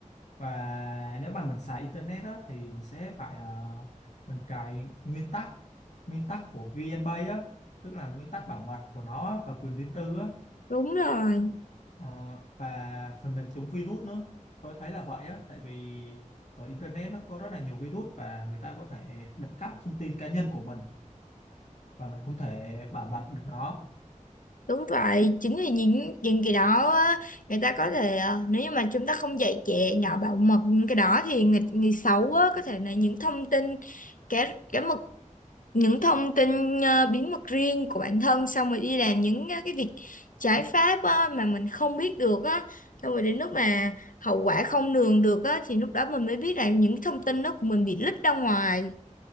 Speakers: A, on the left (about 60°); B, on the left (about 85°).
A: và nếu mà mình xài internet đó thì mình sẽ phải ờ, mình cài nguyên tắc nguyên tắc của VNPay á tức là nguyên tắc bảo mật của nó á, và quyền riêng tư á
B: đúng rồi
A: Ờ, và phần mềm chống virus nữa tôi thấy là vậy á tại vì ở internet nó có rất là nhiều virus và người ta có thể đặt cắp thông tin cá nhân của mình và mình không thể bảo mật được nó
B: đúng vậy chính vì những những cái đó á, người ta có thể ờ, nếu như mà chúng ta không dạy trẻ nhỏ bảo mật những cái đó thì người, người xấu á, có thể là những thông tin cá cá mật những thông tin ờ, bí mật riêng của bản thân xong rồi đi làm những ờ, cái việc trái pháp á, mà mình không biết được á xong rồi đến lúc mà hậu quả không lường được á thì lúc đó mình mới biết là những thông tin đó của mình bị lít ra ngoài